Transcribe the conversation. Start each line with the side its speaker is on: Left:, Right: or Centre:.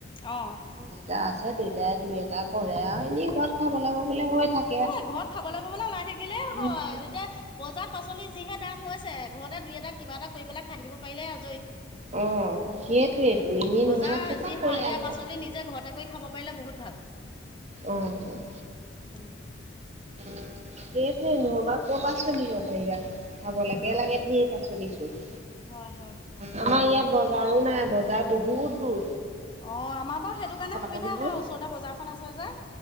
Left: অ'।
Right: দেতা আছে দেতাই দুই এটা কৰে আৰু এনেই ঘৰত খাবলে ববলে হৈ থাক
Left: এ, ঘৰত খাবলে ববলে ওলাই থাকিলে হয়।
Right: উম,
Left: এতিয়া বজাৰত পাচলি যিহে দাম হৈছে ঘৰতে দুই এটা কিবা এটা কৰি পেলাই খাই থাকিব পাৰিলে আজৰি।
Right: অ', সেইটোৱেটো ইনে
Left: বজাৰ
Right: নহ'বা ক'পা
Left: যি
Right: কৰি
Left: সাৰ
Right: আনটা
Left: <unintelligible> নিজে ঘৰতে কৰি খাব পাৰিলে বহুত ভাল।
Right: অঁ
Left: হয়
Right: <inaudible> সেইটোৱে নহ'বা ক'ৰ পৰা চলিব পাৰিবা। খাবলেকে লাগে ধেৰ পাচলি চোন।
Left: হয় হয়।
Right: আমাৰ ইয়াত বজাৰোঁ নাই। বজাৰ বহুত দূৰ।
Left: অ', আমাৰ বাৰু সেইটো
Right: যাবলৈও
Left: কাৰণে সুবিধা হয় ওচৰতে বজাৰখন আছে যে।